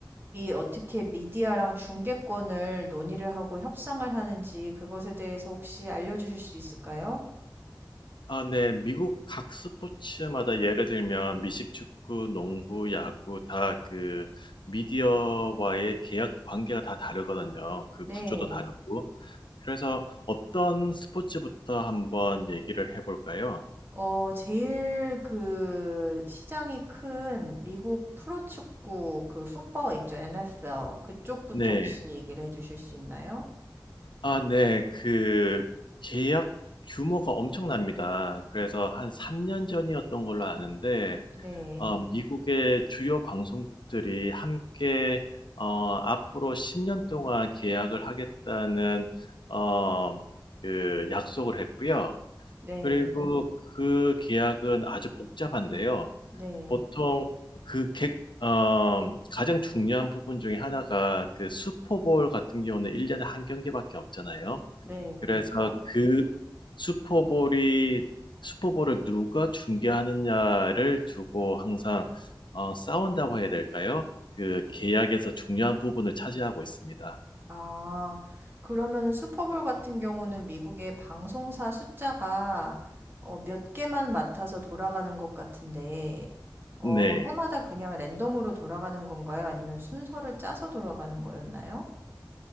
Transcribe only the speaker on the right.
어떻게 미디어랑 중계권을 논의를 하고 협상을 하는지 그것에 대해서 혹시 알려주실 수 있을까요?
네.
어, 제일 그 시장이 큰 미국 프로축구 그 풋볼 있죠, NFL. 그쪽부터
혹시 얘기를 해주실 수 있나요?
네,
네,
네,
네, 그렇죠.
아, 그러면 슈퍼볼 같은 경우는 미국의 방송사 숫자가 어, 몇 개만 맡아서 돌아가는 것 같은데, 어,
해마다 그냥 랜덤으로 돌아가는 건가요? 아니면 순서를 짜서 돌아가는 거였나요?